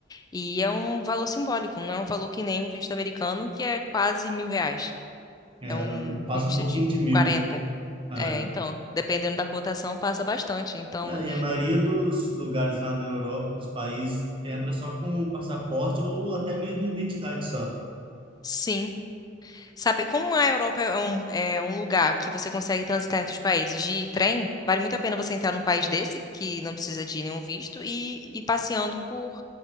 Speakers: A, on the left; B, on the right.
A: E é um valor simbólico, não é um valor que nem um visto americano, que é quase mil reais.
B: É,
A: É um
B: passa
A: visto
B: um pouquinho
A: de
B: de mil.
A: 40.
B: é.
A: É, então, dependendo da cotação, passa bastante. Então,
B: É, e a maioria dos lugares lá na Europa, dos países, entra só com o passaporte ou até mesmo identidade só.
A: sim. Sabe, como a Europa é um, é um lugar que você consegue transitar entre os países de trem, vale muito a pena você entrar num país desse, que não precisa de nenhum visto, e ir passeando por,